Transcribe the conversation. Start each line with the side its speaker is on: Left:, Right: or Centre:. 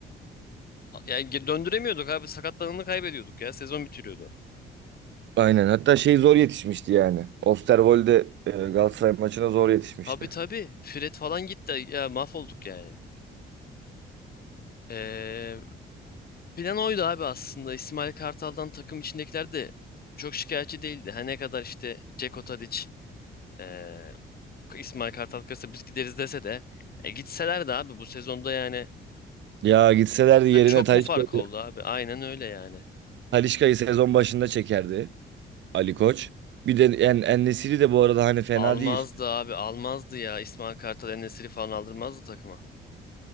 Left: A- Yani ge- döndüremiyorduk abi sakatlananı kaybediyorduk ya sezon bitiriyordu.
Right: Aynen hatta şey zor yetişmişti yani. Osterwolde e, Galatasaray maçına zor yetişmişti.
Left: Tabii tabii Fred falan gitti ya mahvolduk yani. Ee, plan oydu abi aslında İsmail Kartal'dan takım içindekiler de çok şikayetçi değildi. Her ne kadar işte Ceko Tadic, ee, İsmail Kartal kırsa biz gideriz dese de e, gitseler de abi bu sezonda yani
Right: Ya gitselerdi
Left: Ha,
Right: yerine
Left: çok
Right: Talisca'yı
Left: mu fark oldu abi? Aynen öyle yani.
Right: Talisca'yı sezon başında çekerdi Ali Koç. Bir de en En-Nesyri de bu arada hani fena
Left: Almazdı
Right: değil.
Left: abi almazdı ya. İsmail Kartal, En-Nesyri falan aldırmazdı takıma.